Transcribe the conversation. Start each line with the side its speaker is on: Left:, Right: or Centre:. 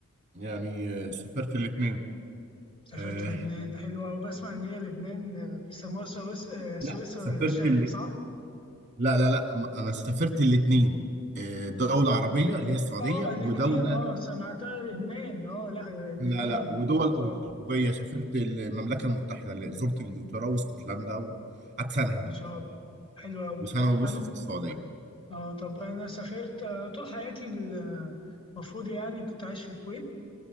Right: يعني آه، سافرت الاثنين
Left: سافرت
Right: آه
Left: لبنان حلو أوي بسمع إن هي لبنان آه، بيسموها سويس... آه، سويسرا
Right: لا سافرت
Left: الشرق
Right: ال...
Left: صح؟
Right: لا لا لا م- انا سافرت الاثنين آه دولة عربية اللي هي السعودية
Left: اه الاتنين
Right: ودولة
Left: اه سمعتها لبنان اه لا الاتنين
Right: لا لا ودول
Left: اه
Right: أوروبية
Left: اه
Right: سافرت المملكة المتحدة اللي زرت إنجلترا واسكتلندا وقعدت سنة هناك
Left: ما شاء الله حلو أوي
Right: وسنة ونص
Left: يعني
Right: في السعودية
Left: اه طب انا سافرت آه، طول حياتي المفروض يعني كنت عايش في الكويت